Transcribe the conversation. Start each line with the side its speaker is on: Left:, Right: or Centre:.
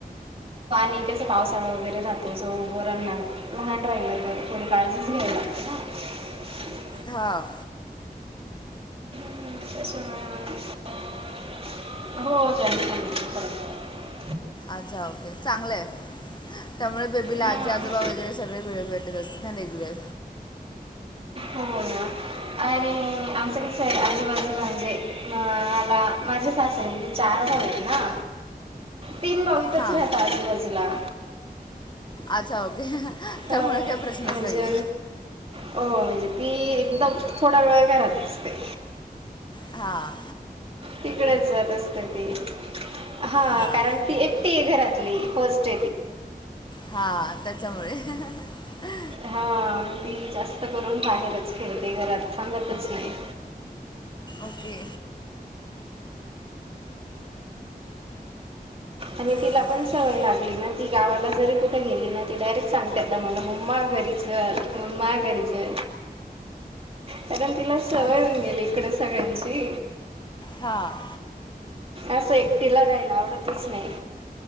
Right: ठीक आहेसं पावसाळां वगैरे राहतो, जो वरण लहान राहिलं तर थोडी काळजीच घ्यावी लागते ना. <unintelligible>
Left: हा.
Right: हम्म, त्याच्यामुळे मग, हो <unintelligible>
Left: अच्छा ओके, चांगलंय. त्यामुळे बेबी ला
Right: हां
Left: आज्जी, आजोबा वगैरे सगळे भेळ भेटत असतील ना रेग्युलर.
Right: हो ना. आणि आमचं कसय आजूबाजूला म्हणजे म मला माझे सासऱ्यांचे चार <unintelligible> ना तीन बाऊतच
Left: हां
Right: राहत आजूबाजूला.
Left: अच्छा ओके त्यामुळे
Right: अ -
Left: काही प्रश्नच
Right: म्हणजे,
Left: नाही आहे
Right: हो म्हणजे ती एकदम, थोडा वेळ घरात असते.
Left: हा.
Right: तिकडेच जात असते ती. हा
Left: हां
Right: कारण ती एकटीय घरातली फस् <unintelligible>
Left: हा त्याच्यामुळे <inaudible>
Right: हां. आणि ती जास्त करून बाहेरच फिरते. घरात थांबतच नाही.
Left: ओके.
Right: आणि तिला
Left: बाकी
Right: पण सवय लागली ना ती. गावाला जरी कुठे गेली ना. ती डायरेक्ट सांगते आता मला मम्मा घरी चल. मम्मा घरी चल. कारण तिला सवय
Left: अच्छा
Right: होऊन गेली इकडे सगळ्यांची.
Left: हां.
Right: असं एकटीला राहीला आवडतच नाही.